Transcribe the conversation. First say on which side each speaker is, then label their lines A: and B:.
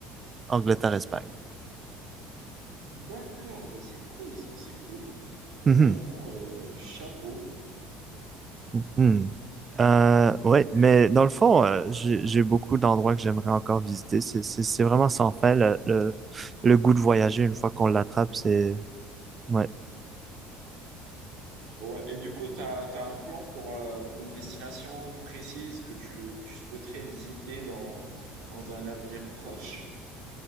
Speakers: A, on the right; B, on the right.
A: Angleterre, Espagne.
B: D'accord, bah c'est cool ça, c'est cool. Vraiment,
A: Mhm.
B: euh, chapeau.
A: Hmm. Euh, ouais,
B: Et,
A: mais dans le fond, euh, j'ai j'ai beaucoup d'endroits que j'aimerais encore visiter. C'est c'est- c'est vraiment sans fin. Le, le, le goût de voyager, une fois qu'on l'attrape, c'est... Ouais.
B: ouais, et du coup, t'as, t'as un plan pour, euh, pour une destination précise que tu, que tu souhaiterais visiter dans, dans un avenir proche?